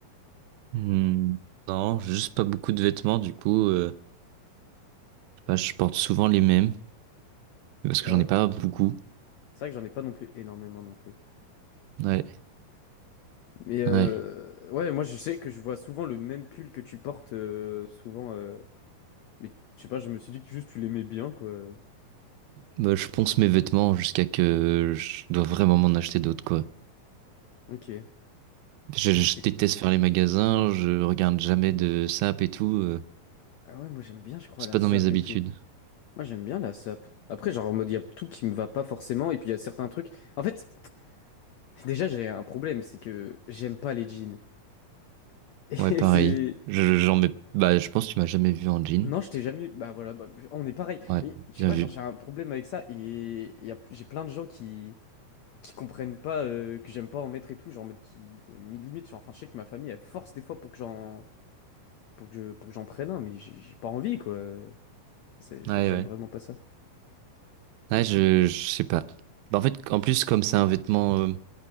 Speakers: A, on the right (about 85°); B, on the left (about 85°).
A: Hmm, Non, j'ai juste pas beaucoup de vêtements, du coup, euh, je sais pas, je porte souvent les mêmes, parce que
B: Ah
A: j'en
B: ouais?
A: ai pas beaucoup.
B: C'est vrai que j'en ai pas non plus énormément non plus.
A: Ouais,
B: Mais euh,
A: ouais.
B: ouais, moi je sais que je vois souvent le même pull que tu portes euh, souvent. euh, mais je sais pas, je me suis dit que juste tu l'aimais bien, quoi.
A: Bah, je ponce mes vêtements jusqu'à que je dois vraiment m'en acheter d'autres, quoi.
B: Ok.
A: Je, je
B: C'est-
A: déteste faire les magasins, je regarde jamais de sap et tout. euh,
B: Ah ouais, moi j'aime bien, je crois,
A: c'est
B: la
A: pas
B: sape
A: dans mes habitudes.
B: et tout. Moi j'aime bien la sape. Après, genre en mode, il y a tout qui me va pas forcément, et puis il y a certains trucs. En fait, <laughs> déjà j'ai un problème, c'est que j'aime pas les jeans. <laughs> Et
A: Ouais, pareil.
B: c'est.
A: Je, j'en mets, bah, je pense que tu m'as jamais vu en jean.
B: Non, je t'ai jamais. Bah voilà, bah, on est pareil.
A: Ouais,
B: Et tu
A: bien
B: vois,
A: vu.
B: genre j'ai un problème avec ça, et il y a- j'ai plein de gens qui. qui comprennent pas euh, que j'aime pas en mettre et tout, genre en mode qui mais limite genre enfin je sais que ma famille elle force des fois pour que j'en pour que je pour que j'en prenne un mais j'ai j'ai pas envie quoi. C'est- je-
A: Ouais,
B: J'aime
A: ouais.
B: vraiment pas ça.
A: Ouais, je, je sais pas. Bah, en fait, en plus, comme c'est un vêtement euh,